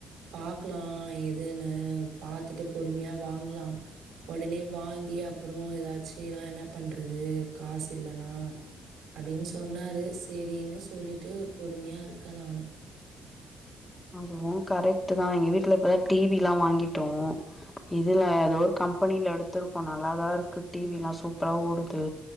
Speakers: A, on the right; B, on the left.
A: பாக்கலா எதுன்னு பாத்துட்டு பொறுமையா வாங்கலா உடனே வாங்கி அப்றோ ஏதாச்சினா என்ன பண்றது காசு இல்லன்னா அப்டின் சொன்னாரு செரின்னு சொல்லிட்டு பொறுமையா இருக்கே நானு
B: அதுவு கரெக்ட்டு தா எங்க வீட்டுல இப்தா டி வி எல்லா வாங்கிட் டோ இதுல ஏதோ ஒரு கம்பெனில எடுத் இப்ப நல்லாதான் இருக்கு டிவிலாம் சூப் சூப்பர் ஆ ஓடுது